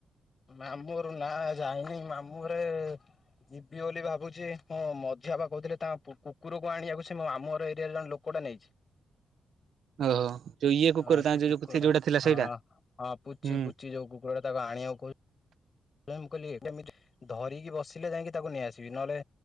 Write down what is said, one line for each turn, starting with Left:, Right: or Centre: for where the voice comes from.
Left: ମାମୁଁ ଘରୁ ନା ଯାଇନି ମାମୁଁଘରେ ଯିବି ବୋଲି ଭାବୁଚି ହଁ ମଝିଆ ବା କୋହୁଥିଲେ ତା କୁକୁରକୁ ଆଣିବାକୁ ସେମାମୁଁଘରେ ଏରିଆରେ ଜଣେ ଲୋକ <unintelligible> ନେଇଛି।
Right: ଓହୋ ଯୋଉ ଇଏ କୁକୁର
Left: ହଁ
Right: ତାଙ୍କ
Left: ସେ କୁକୁରଟା
Right: ଯୋଉ ଯୋଉଟା ଥିଲା
Left: ହଁ
Right: ସେଇଟା
Left: ହଁ ପୁଚି
Right: ହୁଁ।
Left: ପୁଚି ଯୋଉ କୁ <unintelligible> ତାକୁ ଆଣିବାକୁ କୋହୁଚି।। ମୁଁ କହିଲିକେମିତି ଧରିକି ବସିଲେ ଯାଇଁକି ତାକୁ ନେଇଆସିବି ନହେଲେ